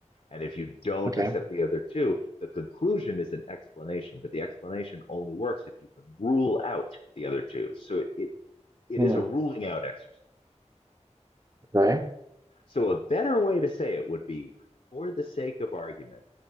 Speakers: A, on the left; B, on the right.
A: And if you don't
B: Okay.
A: accept the other two, the conclusion is an explanation, but the explanation only works if you can rule out the other two. So it, it, it
B: Hmm,
A: is a ruling out exercise.
B: okay.
A: So, a better way to say it would be for the sake of argument,